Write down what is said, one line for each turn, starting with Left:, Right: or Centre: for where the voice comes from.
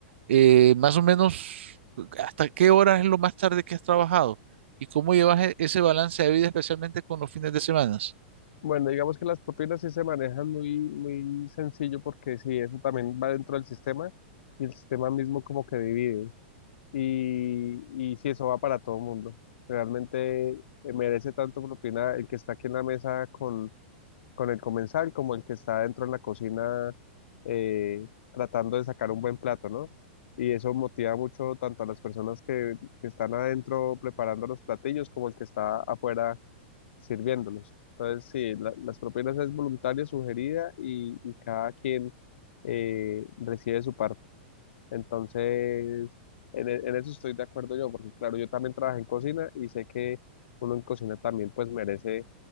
Right: Eh, más o menos, ¿hasta qué hora es lo más tarde que has trabajado? ¿Y cómo llevas e- ese balance de vida, especialmente con los fines de semana?
Left: Bueno, digamos que las propinas sí se manejan muy, muy sencillo porque sí, eso también va dentro del sistema y el sistema mismo como que divide. Y, y si eso va para todo el mundo, realmente eh, merece tanto propina el que está aquí en la mesa con, con el comensal como el que está dentro en la cocina eh, tratando de sacar un buen plato, ¿no? Y eso motiva mucho tanto a las personas que, que están adentro preparando los platillos como el que está afuera sirviéndolos. Entonces, sí, la- las propinas es voluntaria, sugerida y, y cada quien eh, recibe su parte. Entonces, en, e- en eso estoy de acuerdo yo, porque claro, yo también trabajé en cocina y sé que uno en cocina también pues merece